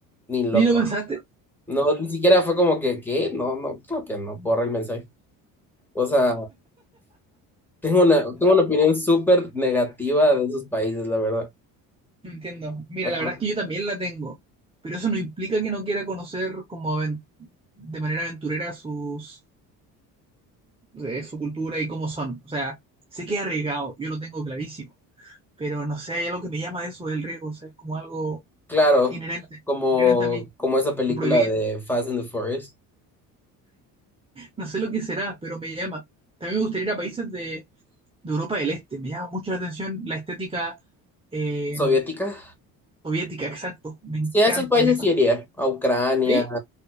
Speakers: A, in the centre; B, on the right.
A: ni loco.
B: ¿Ni lo pensaste?
A: No, ni siquiera fue como que, ¿qué? No, no, creo que no, borra el mensaje. O sea, tengo una, tengo una opinión súper negativa de esos países, la verdad.
B: No entiendo. Mira,
A: Ajá.
B: la verdad es que yo también la tengo, pero eso no implica que no quiera conocer como aven- de manera aventurera sus, eh, su cultura y cómo son. O sea, sé que es arriesgado, yo lo tengo clarísimo, pero no sé, hay algo que me llama de eso, del riesgo, o sea, es como algo
A: Claro,
B: inherente,
A: como,
B: inherente a mí,
A: como esa película
B: lo prohibido.
A: de Fast and the Furious,
B: No sé lo que será, pero me llama. También me gustaría ir a países de de Europa del Este. Me llama mucho la atención la estética eh,
A: soviética.
B: soviética, exacto. Me encanta,
A: Sí, a esos países
B: me fascina.
A: sí iría, a Ucrania,
B: ¿Sí?